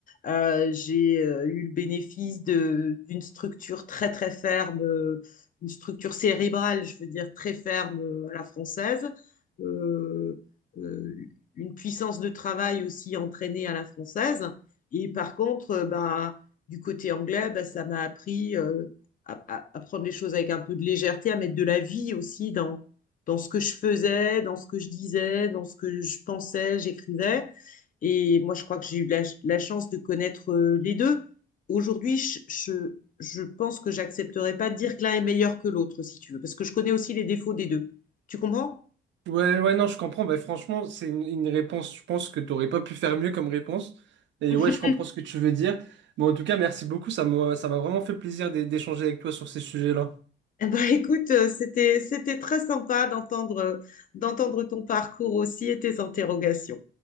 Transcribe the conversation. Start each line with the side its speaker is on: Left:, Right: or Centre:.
Left: Euh, j'ai euh, eu le bénéfice de, d'une structure très, très ferme, euh, une structure cérébrale, je veux dire, très ferme euh, à la française. Euh, euh, une puissance de travail aussi entraînée à la française. Et par contre, euh, ben, du côté anglais, ben, ça m'a appris. euh, à, à- à prendre les choses avec un peu de légèreté, à mettre de la vie aussi dans, dans ce que je faisais, dans ce que je disais, dans ce que je pensais, j'écrivais. Et moi, je crois que j'ai eu la, la chance de connaître euh, les deux. Aujourd'hui, je, je, je pense que j'accepterais pas de dire que l'un est meilleur que l'autre, si tu veux, parce que je connais aussi les défauts des deux. Tu comprends?
Right: Ouais, ouais, non, je comprends. Bah, franchement, c'est une, une réponse, je pense que t'aurais pas pu faire mieux comme réponse. Et
Left: <laughs>
Right: ouais, je comprends ce que tu veux dire. Bon, en tout cas, merci beaucoup. Ça m'a, ça m'a vraiment fait plaisir d'é- d'échanger avec toi sur ces sujets-là.
Left: Eh ben, écoute, euh, c'était, c'était très sympa d'entendre, euh, d'entendre ton parcours aussi et tes interrogations.